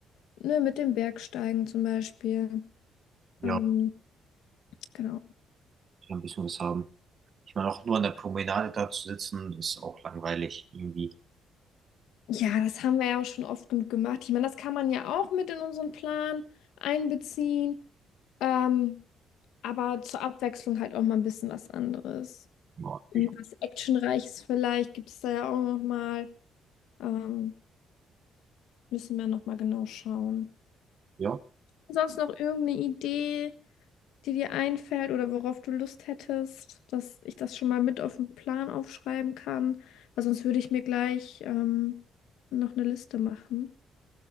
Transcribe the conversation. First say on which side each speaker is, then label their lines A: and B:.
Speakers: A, on the left (about 90°); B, on the right (about 50°).
A: ne, mit dem Bergsteigen zum Beispiel.
B: Ja,
A: Ähm, genau.
B: Ich ein bisschen was haben. Ich meine, auch nur an der Promenade da zu sitzen, ist auch langweilig irgendwie.
A: Ja, das haben wir ja auch schon oft genug gemacht. Ich meine, das kann man ja auch mit in unseren Plan einbeziehen, ähm, aber zur Abwechslung halt auch mal ein bisschen was anderes.
B: Ja.
A: Irgendwas
B: ich-
A: Actionreiches vielleicht gibt es da ja auch noch mal. Ähm, Müssen wir nochmal genau schauen.
B: ja.
A: Sonst noch irgendeine Idee, die dir einfällt oder worauf du Lust hättest, dass ich das schon mal mit auf den Plan aufschreiben kann, weil sonst würde ich mir gleich ähm, noch eine Liste machen.